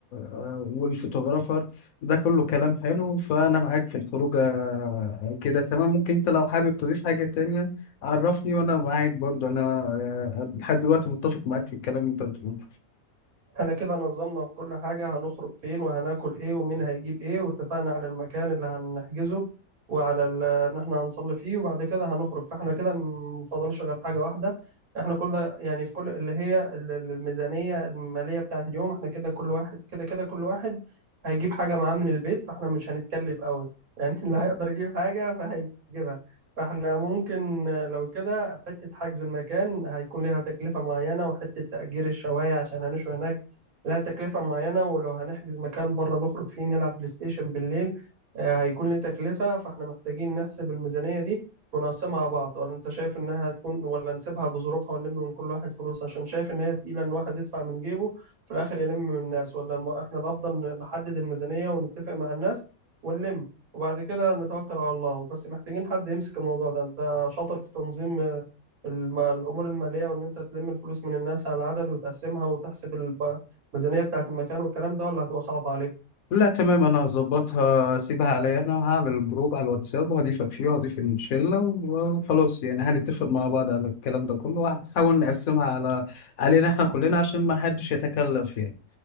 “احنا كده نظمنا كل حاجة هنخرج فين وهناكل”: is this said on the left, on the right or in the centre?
Right